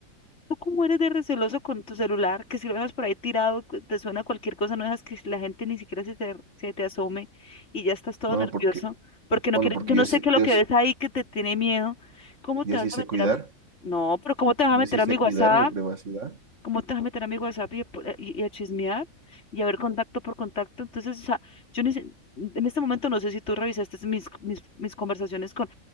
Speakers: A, on the left; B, on the right.
A: ¿Tú cómo eres de receloso con tu celular? Que si lo dejas por ahí tirado, cu- te suena cualquier cosa, no dejas que la gente ni siquiera se te, se te asome y ya estás todo
B: Bueno,
A: nervioso,
B: porque,
A: porque no
B: bueno,
A: quieres,
B: porque
A: yo no
B: yo,
A: sé
B: sí-
A: qué es lo
B: yo,
A: que
B: sí-
A: ves ahí que te tiene miedo. ¿Cómo
B: yo
A: te vas
B: sí
A: a
B: sé
A: meter
B: cuidar.
A: a mi... No, pero ¿cómo te vas
B: Yo
A: a meter
B: sí sé
A: a mi WhatsApp?
B: cuidar mi privacidad.
A: ¿Cómo te vas a meter a mi WhatsApp y a, pu- y- y a chismear y a ver contacto por contacto? Entonces, o sea, yo ni sé- en este momento no sé si tú revisaste mis, mis, mis conversaciones con